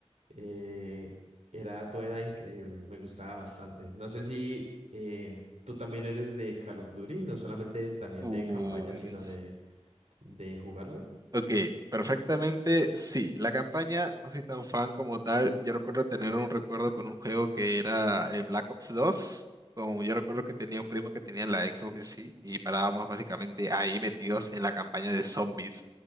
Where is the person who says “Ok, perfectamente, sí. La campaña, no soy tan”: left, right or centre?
Right